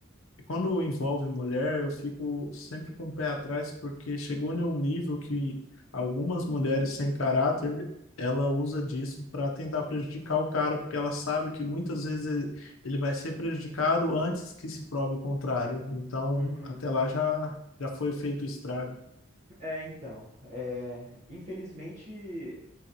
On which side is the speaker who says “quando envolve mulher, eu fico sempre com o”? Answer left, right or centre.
Left